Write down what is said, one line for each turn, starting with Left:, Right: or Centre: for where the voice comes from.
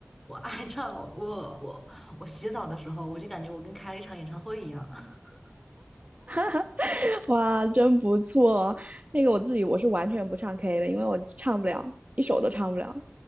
Centre: 我爱唱，我我我洗澡的时候，我就感觉我跟开了一场演唱会一样。<laughs>
Right: <laughs> 哇，真不错。那个我自己我是完全不唱 K 的，因为我唱不了，一首都唱不了。